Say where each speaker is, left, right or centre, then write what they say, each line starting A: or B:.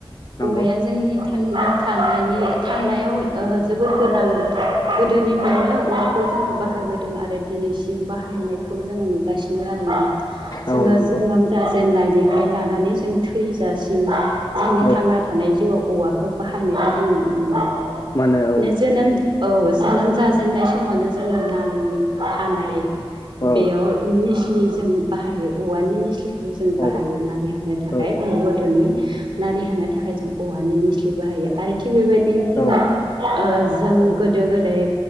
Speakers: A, on the left; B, on the right.
A: नंगौ
B: औवाया जोंनि थांना थानायनि थांनायाव ओ जोबोद गोनां गोदोनिफ्रायनो औवाखौ जोङो बा हायबोदों आरो दिनैसिम बाहायनाय खौ जोङो नुगासिनो आरोना जोङो
A: औ नंगौ
B: जोनोम जा जेननायनिफ्राय लानानै जों थैजासिम जोंनि
A: औ
B: थांना थानाय जिउआव औवाखौ बाहायनायखौ जों नुनो मोनो
A: मानो औ
B: बे जोनोम औ जोनोम जाजेननाय समावनो जोङो नारि हानाय
A: औ
B: बेयाव निस्लि जों बाहायो औवानि निस्लि बेखौ जों बाहायो
A: औ
B: नारि हानो थाखाय
A: औ
B: उन्दै गथ'नि नारि हानो थाखाय जों औवानि बाहायो आरो थिग बेबायदिनो जोंना
A: औ
B: ओ जों गोदो गोदाय